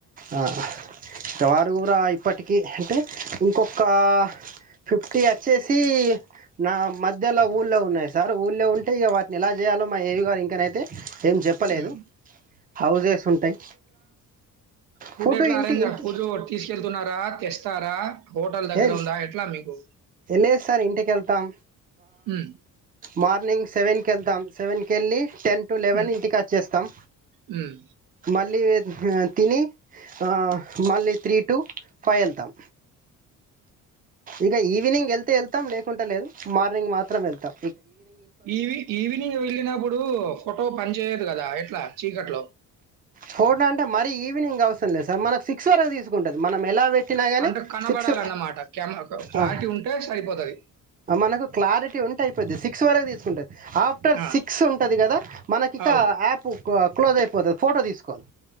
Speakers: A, on the right; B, on the right.
A: ఆ ఇక వారు కూడ ఇప్పటికీ అంటే ఇంకొకా ఫిఫ్టీ అచ్చేసీ నా మధ్యలో ఊళ్ళో ఉన్నాయి సార్ ఊళ్ళో ఉంటే ఇక వాటిని ఎలా చేయాలో మా ఏవి గారు ఇంకనైతే ఏం చెప్పలేదు
B: హ్మ్.
A: హౌజెస్ ఉంటాయి
B: ఫూడ్
A: ఫుడ్
B: ఎట్లా
A: ఇంటి
B: అరేంజ్
A: ఇంటి
B: ఫూడ్ తీస్కేల్తున్నారా తీస్ టారా హోటల్ దగ్గర
A: ఏ
B: ఉందా ఎట్లా మీకు
A: లేదు సార్ ఇంటికి వెళ్తాం
B: మ్మ్
A: మార్నింగ్ సెవెన్కి వెళ్తాం సెవెన్కెళ్ళి, టెన్ టు లెవెన్
B: హ్మ్.
A: ఇంటికి అచ్చేస్తాం,
B: హ్మ్.
A: మళ్ళీ ఆ తిని ఆ మళ్ళీ త్రీ టు ఫైవ్ ఎళ్తాం. ఇక ఈవినింగ్ ఎళ్తే ఎళ్తాం లేకుంటే లేదు మార్నింగ్ మాత్రం ఎళ్తాం.
B: ఈవి ఈవినింగ్ వెళ్ళినప్పుడు ఫోటో పని చేయదు కదా ఎట్లా? చీకట్లో
A: ఫోటో అంటే మరీ ఈవినింగ్ అవసరం లేదు సార్, మన సిక్స్ వరకు తీసుకుంటది మనం ఎలా పె ట్టినగాని
B: అంటే కనబడాలన్నమాట.
A: సిక్స్,
B: క్యామ క క్లారిటీ
A: ఆ
B: ఉంటే సరిపోతది.
A: మనకు క్లారిటీ ఉంటే అయిపోద్ది, సిక్స్ వరకు తీసుకుంటది. ఆఫ్టర్
B: ఆ!
A: సిక్స్ ఉంటది కదా, మనకి ఇక
B: అవును.
A: యాప్ కొక్లోజ్ అయిపోతది ఫోటో తీసు కోద్